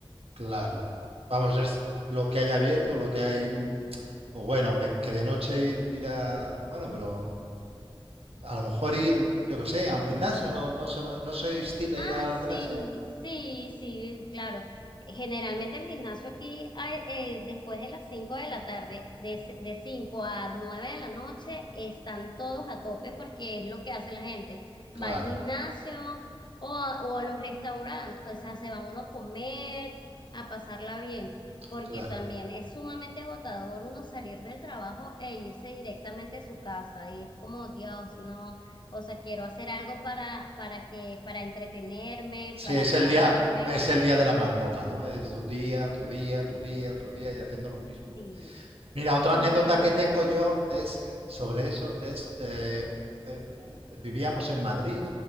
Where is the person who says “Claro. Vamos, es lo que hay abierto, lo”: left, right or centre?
Right